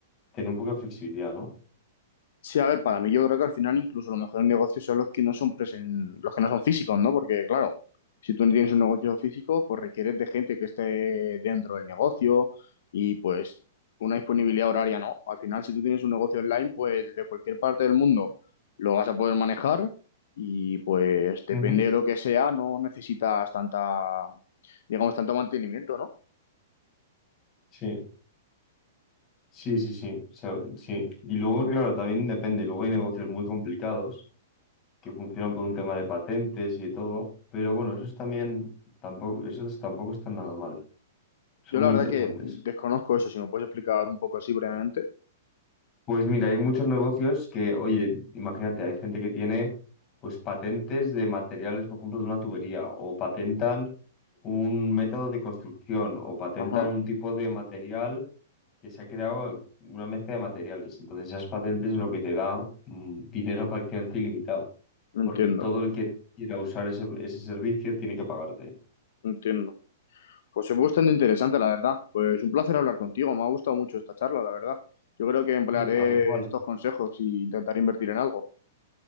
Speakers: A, on the left; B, on the left.
A: tener un poco de flexibilidad, ¿no?
B: Sí, a ver, para mí yo creo que al final incluso los mejores negocios son los que no son presen- los que no son físicos, ¿no? Porque claro, si tú no tienes un negocio físico, pues requieres de gente que esté dentro del negocio y pues una disponibilidad horaria, ¿no? Al final, si tú tienes un negocio online, pues desde cualquier parte del mundo lo vas a poder manejar y pues depende
A: Ujú.
B: de lo que sea, no necesitas tanta, digamos, tanto mantenimiento, ¿no?
A: Sí. Sí, sí, sí, o sea, sí. Y luego, claro, también depende. Luego hay negocios muy complicados que funcionan por un tema de patentes y de todo. Pero bueno, esos también tampoco, esos tampoco están nada mal. Son
B: Yo la
A: muy
B: verdad
A: interesantes.
B: que desconozco eso, si me puedes explicar un poco así brevemente.
A: Pues mira, hay muchos negocios que, oye, imagínate, hay gente que tiene pues patentes de materiales, por ejemplo, de una tubería, o patentan un método de construcción, o patentan
B: Ajá,
A: un tipo de material que se ha creado una mezcla de materiales. Entonces, esas patentes es lo que te da mm, dinero prácticamente ilimitado,
B: entiendo,
A: porque todo el que quiera usar ese, ese servicio tiene que pagarte.
B: entiendo. Pues es bastante interesante, la verdad. Pues un placer hablar contigo. Me ha gustado mucho esta charla, la verdad. Yo creo que emplearé
A: Sí, a mí igual.
B: estos consejos y intentaré invertir en algo.